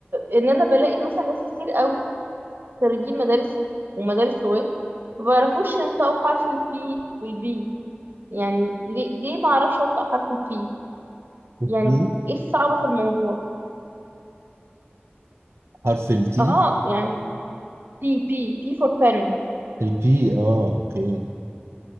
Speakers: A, on the right (about 55°); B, on the right (about 80°).
A: ان انا بلاقي مثلا ناس كتير قوي خريجين مدارس ومدارس لغات ما بيعرفوش ينطقوا حرف البي والبي يعني ليه ليه ما اعرفش انطق حرف البي
B: البي
A: يعني ايه الصعب في الموضوع
B: حرف التي
A: اه يعني بي بي بي فور بن
B: البي اه اوكي